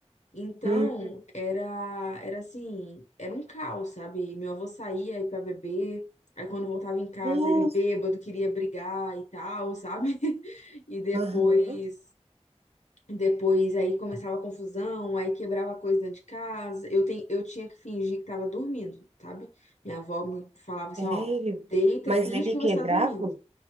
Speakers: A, on the left; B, on the right.
A: Então,
B: Hum.
A: era, era assim, era um caos, sabe? Meu avô saía aí pra beber, aí quando voltava em casa,
B: Nossa.
A: ele bêbado, queria brigar e tal, sabe? <laughs> E depois
B: Aham.
A: depois aí começava a confusão, aí quebrava coisa dentro de casa. Eu, tenho, eu tinha que fingir que estava dormindo, sabe? Minha avó me falava assim,
B: Sério?
A: ó, deita,
B: Mas
A: finge
B: ele
A: que
B: quebrava?
A: você está dormindo.